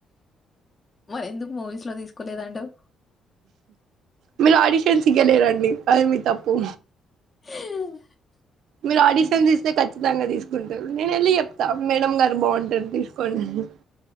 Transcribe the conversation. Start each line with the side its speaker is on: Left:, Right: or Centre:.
Left: మరి ఎందుకు మూవీస్ లో తీసుకోలేదంటావ్?
Right: మీరు ఆడిషన్స్ ఈయలేదండి అది మీ తప్పు.
Left: ఆ
Right: మీరు ఆడిషన్స్ ఇస్తే, ఖచ్చితంగా తీసుకుంటారు. నేను వెళ్ళి చెప్తా. మేడమ్ గా రు బాగుంటారు తీసుకోండి అని.